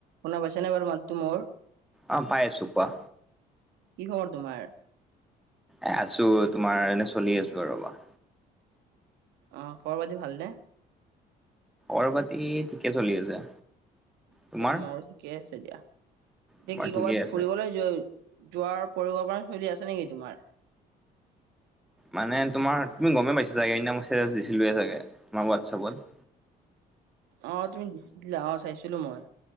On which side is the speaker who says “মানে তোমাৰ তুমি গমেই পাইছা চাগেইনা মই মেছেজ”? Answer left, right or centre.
Centre